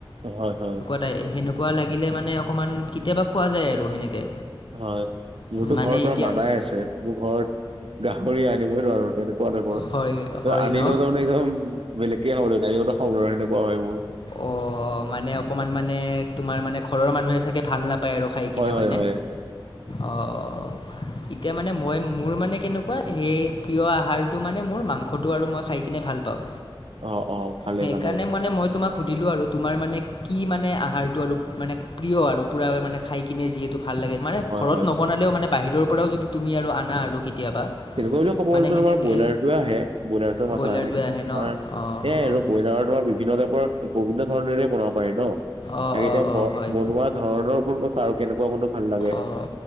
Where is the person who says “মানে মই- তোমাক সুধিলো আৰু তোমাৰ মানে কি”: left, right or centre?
Left